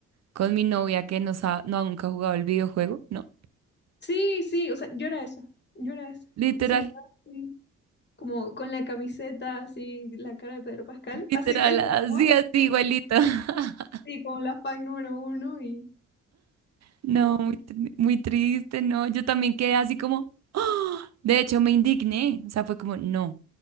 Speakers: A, on the right; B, on the left.
A: con mi novia que no sa- no ha nunca jugado el videojuego? ¿No?
B: Sí, sí, o sea, yo era esa, yo era esa.
A: Literal,
B: O sea, yo así, como con la camiseta, así, la cara de Pedro Pascal,
A: literal,
B: así, <laughs> eso,
A: así,
B: ¿no?
A: así,
B: Sí,
A: igualito. <laughs>
B: sí, como la fan número uno y...
A: No,
B: Sí,
A: muy, tri- muy triste, no. Yo también quedé así como, ¡ah! De hecho, me indigné. O sea, fue como, no,